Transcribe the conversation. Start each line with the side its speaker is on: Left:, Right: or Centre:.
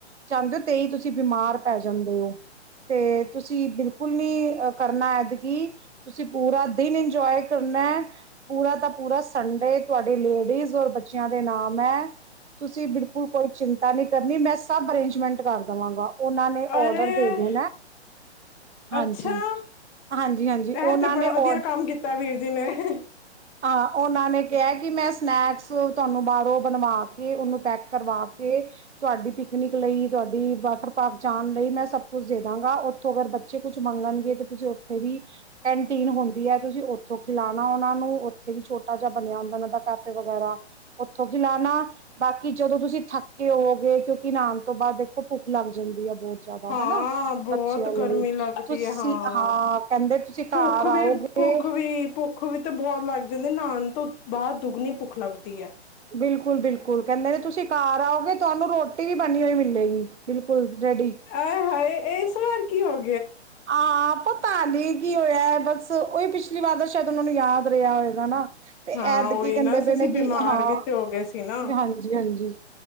Right: ਚਾਹਦੇ ਹੋ ਤੇ ਹੀ ਤੁਸੀਂ ਬਿਮਾਰ ਪੈ ਜਾਂਦੇ ਹੋ ਤੇ ਤੁਸੀਂ ਬਿਲਕੁਲ ਨੀ ਕਰਨਾ ਕੀ ਤੁਸੀਂ ਪੂਰਾ ਦਿਨ ਇੰਜੋਏ ਕਰਨਾ ਪੂਰਾ ਦਾ ਪੂਰਾ ਸੰਡੇ ਤੁਹਾਡੇ ਲੇਡੀਜ਼ ਔਰ ਬੱਚਿਆਂ ਦੇ ਨਾਮ ਹੈ ਤੁਸੀਂ ਬਿਲਕੁਲ ਕੋਈ ਚਿੰਤਾ ਇੱਦਾਂ ਨੀ ਕਰਨੀ ਮੈਂ ਸਭ ਅਰੇਂਜਮੈਂਟ ਕਰ ਦੇਵਾਂਗਾ ਉਹਨਾਂ ਨੇ
Left: ਅਰੇ
Right: ਔਡਰ ਦੇ ਦੇਣਾ ਹਾਂਜੀ
Left: ਅੱਛਾ
Right: <unintelligible> ਹਾਂਜੀ ਉਹਨਾਂ
Left: ਇਹ ਤੇ
Right: ਨੇ
Left: ਬੜਾ ਵਧੀਆ
Right: ਔਡ
Left: ਕੰਮ ਕੀਤਾ ਵੀਰ ਜੀ ਨੇ <inaudible>
Right: ਹਾਂ ਉਹਨਾਂ ਨੇ ਕਿਹਾ ਕਿ ਮੈਂ ਸਨੈਕਸ ਤੁਹਾਨੂੰ ਬਾਹਰੋਂ ਬਣਵਾ ਕੇ ਉਹਨੂੰ ਪੈਕ ਕਰਵਾ ਕੇ ਤੁਹਾਡੀ ਪਿਕਨਿਕ ਲਈ ਤੁਹਾਡੀ ਵਾਟਰ ਪਾਰਕ ਜਾਣ ਲਈ ਮੈਂ ਸਭ ਕੁਛ ਦੇ ਦਾਂਗਾ ਉੱਥੋਂ ਅਗਰ ਬੱਚੇ ਕੁਛ ਮੰਗਣਗੇ ਤੇ ਤੁਸੀਂ ਉੱਥੇ ਵੀ ਕੈਂਟੀਨ ਹੁੰਦੀ ਹੈ ਤੁਸੀਂ ਉੱਥੋਂ ਖਿਲਾ ਉਹਨਾਂ ਨੂੰ ਉੱਥੇ ਵੀ ਛੋਟਾ ਜਿਹਾ ਬਣਿਆ ਹੁੰਦਾ ਉਹਨਾਂ ਦਾ ਕੈਫੇ ਵਗੈਰਾ ਉੱਥੋਂ ਕੀ ਲਾਉਣਾ ਬਾਕੀ ਜਦੋਂ ਤੁਸੀਂ ਥੱਕੇ ਹੋਓਗੇ ਕਿਉਂਕਿ ਨਹਾਉਣ ਤੋਂ ਬਾਅਦ ਦੇਖੋ ਭੁੱਖ ਲੱਗ ਜਾਂਦੀ ਹੈ ਬਹੁਤ ਜ਼ਿਆਦਾ
Left: ਹਾਂ
Right: ਹਨਾ
Left: ਬਹੁਤ
Right: ਬੱਚਿਆਂ ਨੂੰ
Left: ਗਰਮੀ
Right: ਵੀ
Left: ਲੱਗਦੀ
Right: ਤੁਸੀਂ
Left: ਹੈ ਹਾਂ
Right: ਕਹਿੰਦੇ ਤੁਸੀਂ
Left: ਭੁੱਖ
Right: ਘਰ ਆਓਗੇ
Left: ਵੀ ਭੁੱਖ ਵੀ ਭੁੱਖ ਵੀ ਤੇ ਬਹੁਤ ਲੱਗ ਜਾਂਦੇ ਨਹਾਣ ਤੋਂ ਬਾਹਰ ਦੁੱਗਣੀ ਭੁੱਖ ਲੱਗਦੀ ਹੈ
Right: ਬਿਲਕੁਲ ਬਿਲਕੁਲ ਕਹਿੰਦੇ ਨੇ ਤੁਸੀਂ ਕਾਰ ਆਓਗੇ ਤੁਹਾਨੂੰ ਰੋਟੀ ਵੀ ਬਣੀ ਹੋਈ ਮਿਲੇਗੀ ਬਿਲਕੁਲ ਰੈਡੀ।
Left: ਅ ਹ ਇਹ ਸ ਕੀ ਹੋਰ
Right: ਹਾਂ ਪਤਾ ਨਹੀਂ ਕੀ ਹੋਇਆ ਬਸ ਉਹੀ ਪਿਛਲੀ ਵਾਰ ਤਾਂ ਸ਼ਾਇਦ ਉਹਨਾਂ ਨੂੰ ਯਾਦ ਰਿਹਾ ਹੋਇ ਹਨ ਨਾ ਤੇ
Left: ਹਾਂ
Right: ਐਦ
Left: ਉਹੀ
Right: ਕੀ ਕਹਿੰਦੇ
Left: ਨਾ
Right: ਪਏ
Left: ਅਸੀਂ
Right: ਨੇ ਕਿ
Left: ਬਿਮਾਰ
Right: ਹਾਂ
Left: ਵੀ ਤੇ ਹੋ ਗਏ ਸੀ ਨਾ
Right: ਹਾਂਜੀ ਹਾਂਜੀ